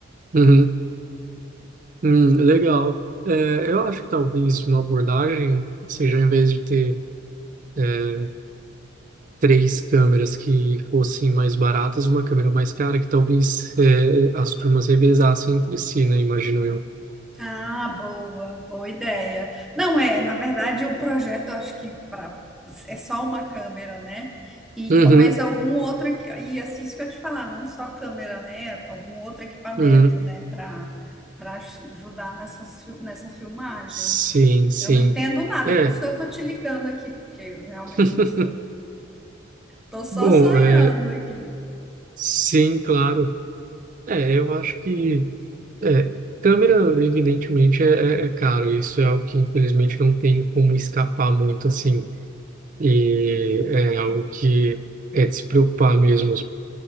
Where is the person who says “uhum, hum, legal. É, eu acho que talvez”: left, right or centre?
Right